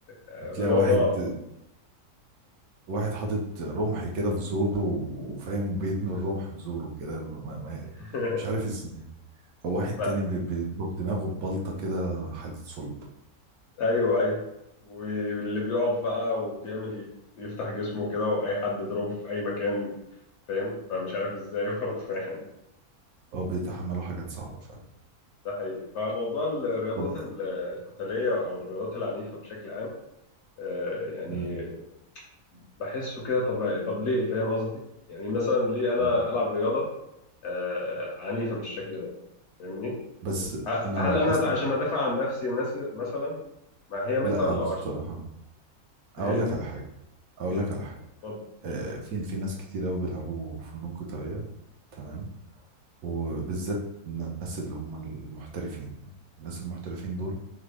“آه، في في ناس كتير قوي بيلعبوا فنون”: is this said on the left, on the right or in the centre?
Right